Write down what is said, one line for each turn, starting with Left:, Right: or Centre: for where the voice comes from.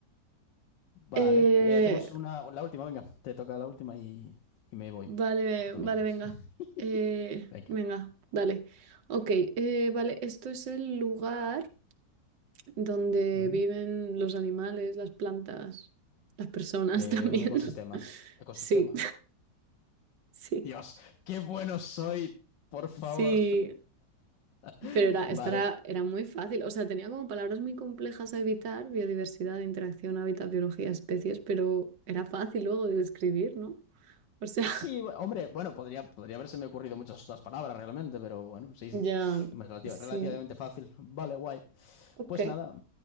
Left: Vale,
Right: eh,
Left: eh, hacemos una, la última, venga, te toca la última y, y me voy.
Right: Vale,
Left: Y tú también
Right: vale,
Left: te vas.
Right: venga.
Left: <laughs>
Right: Eh,
Left: Venga.
Right: venga, dale. Ok, eh, vale, esto es el lugar donde
Left: Ujú.
Right: viven los animales, las plantas, las personas
Left: Eh,
Right: también.
Left: un ecosistema.
Right: <laughs>
Left: Ecosistema.
Right: Sí, <laughs>
Left: Dios,
Right: sí,
Left: qué bueno soy, por favor.
Right: sí.
Left: <laughs>
Right: Pero era,
Left: Vale.
Right: esta era, era muy fácil. O sea, tenía como palabras muy complejas a evitar, biodiversidad, interacción, hábitat, biología, especies, pero era fácil luego de describir, ¿no? O sea,
Left: Sí, bu- hombre, bueno, podría, podría haberse me ocurrido muchas otras palabras realmente, pero bueno, sí, sí.
Right: <laughs> ya,
Left: Relativa-
Right: sí.
Left: relativamente fácil. Vale, guay.
Right: Ok,
Left: Pues nada,